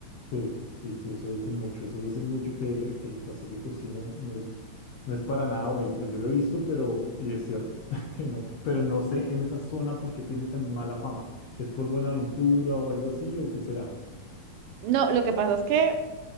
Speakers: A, on the left; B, on the right.
A: sí, sí, sí, eso dicen mucho, eso dicen mucho que el, que el Pacífico sí no, no es, no es para nada bonito, pues yo lo he visto, pero, y es cierto, <laughs> sí, no, pero no sé en esa zona por qué tiene tan mala fama, ¿es por Buenaventura o algo así o qué será?
B: No, lo que pasa es que